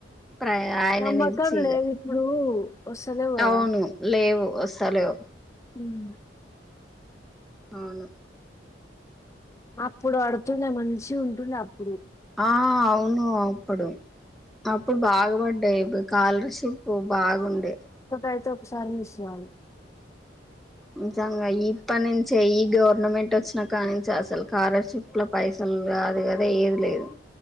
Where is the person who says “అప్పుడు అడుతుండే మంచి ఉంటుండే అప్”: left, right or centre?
Left